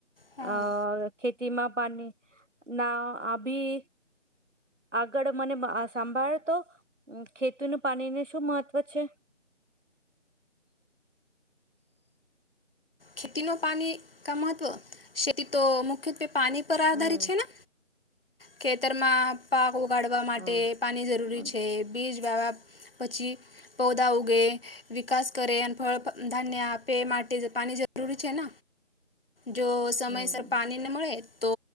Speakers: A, on the left; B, on the right.
A: હા
B: અ ખેતીમાં પાણીના આ બી આગળ મને મ આ સાંભાળ તો ખેતીનું પાણીને શું મહત્ત્વ છે?
A: ખેતીનું પાણી કા મહત્વ શેતી તો મુખ્યત્વે પાણી પર આધારિત
B: હમ
A: છે ને! ખેતરમાં પાક ઉગાડવા માટે
B: હા
A: પાણી જરૂરી
B: હમ
A: છે. બીજ વાવ્યા પછી પૌધા ઉગે, વિકાસ કરે અને ફળ, ધાન્ય આપ પે માટે પાણી જરૂરી છે ન જો સમયસર
B: હમ
A: પાની મળે તો